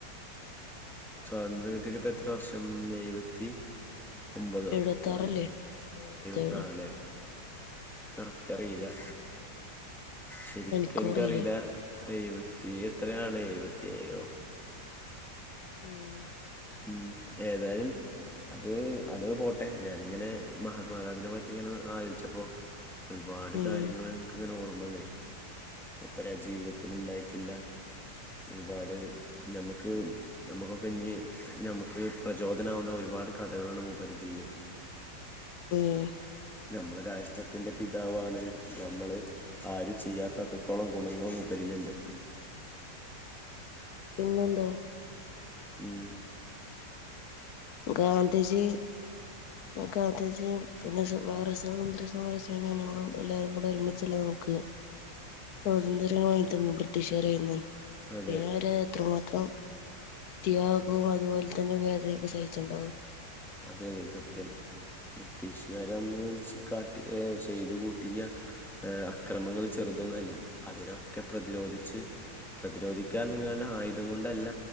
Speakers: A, in the centre; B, on the left.
A: സ്വാതന്ത്ര്യം കിട്ടിട്ട് ഇപ്പ എത്ര വർഷം എഴുപത്തി ഒമ്പത്
B: എഴുപത്താറല്ലേ
A: <unintelligible>
B: എഴുപത്തേഴോ
A: എഴുവത്താറിലെ കറക്റ്റ് അറിയില്ല ശരിക്കും
B: എനിക്കുറിയില്ല
A: എനിക്കറില്ല എഴുപത്തി എത്രയാണ് എഴുപത്തെയോ
B: ഉം
A: ഉം ഏതാലും അത് അത് പോട്ടെ ഞാനിങ്ങനെ മഹാത്മാഗാന്ധിയന്റെ പറ്റിങ്ങനെ ആലോയ്ച്ചപ്പോ ഒരുപാട്
B: ഉം
A: കാര്യങ്ങൾ എനക്ക്ങ്ങനെ ഓർമ്മന്നേയ് ഒപ്പരാ ജീവിതത്തിൽണ്ടായിട്ടില്ല ഒരുപാട് നമ്മക്ക് നമ്മുക്കൊക്കെ ഇഞ്ഞ് ഞമക്ക് പ്രചോദനവുന്ന ഒരുപാട് കഥകളുണ്ട് മൂപ്പരെ ജീവിതത്തിൽ
B: ഉം
A: നമ്മുടെ രാഷ്ട്രത്തിന്റെ പിതാവാണ് നമ്മള് ആരും ചെയ്യാത്ത അത്രത്തോളം ഗുണങ്ങളും മൂപ്പരിലുണ്ട്
B: പിന്നെന്താ
A: ഉം
B: ഗാന്ധിജി ഗാന്ധിജി പിന്നെ <unintelligible> സമര സേനാനികളും എല്ലാവരും കൂടെ ഒരുമിച്ചല്ലേ നമുക്ക് സോതത്ര്യം വങ്ങി തന്ന ട്ടിഷേർയ്യുന്നു
A: അതെ
B: പിന്നെ അവരത്രമാത്രം ത്യാഗവും അതുപോലെ തന്നെ വേറെയൊക്കെ സഹിച്ചുണ്ടാകും
A: അതെ അതെ സത്യം ബ്രിട്ടീഷുകാര അന്ന് കാട്ടി ചെയ്തു കൂട്ടിയ ഏഹ് അക്രമങ്ങള് ചെറുതൊന്നല്ല അതിനൊക്കെ പ്രതിരോധിച്ച് പ്രതിരോധിക്കാറഞ്ഞ്ങ്ങാണ്ട് ആയുധം കൊണ്ടല്ല